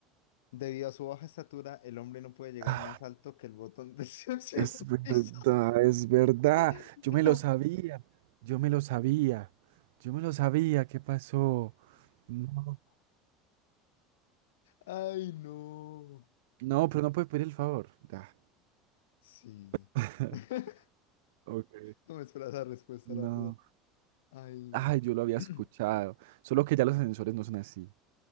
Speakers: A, on the left; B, on the right.
A: Debido a su baja estatura, el hombre no puede llegar
B: Ah,
A: más alto que el botón del <laughs> séptimo
B: Es verdad,
A: piso.
B: es verdad.
A: <laughs>
B: Yo me lo sabía, yo me lo sabía, yo me lo sabía. ¿Qué pasó? No,
A: Ay, no.
B: no, pero no puede pedir el favor. Ya.
A: Sí.
B: <laughs>
A: <laughs>
B: Ok.
A: No me esperaba esa respuesta,
B: No.
A: la verdad. Ay.
B: Ay, yo lo había
A: <clears throat>
B: escuchado. Solo que ya los ascensores no son así.